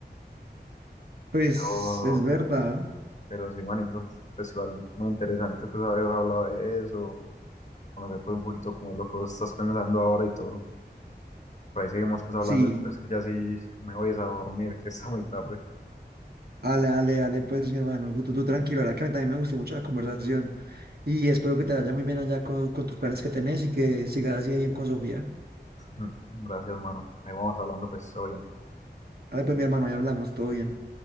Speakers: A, on the right (about 60°); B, on the left (about 40°).
A: Pues
B: Pero,
A: es verdad,
B: pero sí, manito, pues igual muy interesante pues haber hablado de eso, conocer pues un poquito cómo es lo que vos estás pensando ahora y todo. Por ahí seguimos pues hablando
A: sí.
B: después, que ya sí me voy a dormir, <laughs> que está muy tarde.
A: Ale, ale, ale, pues mi hermano, tú, tú- tú tranquilo, la verdad que a mí también me gustó mucho la conversación y espero que te vaya muy bien allá con, con tus planes que tenés y que sigas así de bien con Sofía.
B: <laughs> Gracias, mano. Ahí vamos hablando pues, todo bien.
A: Ale, pues mi hermano, ya hablamos, todo bien.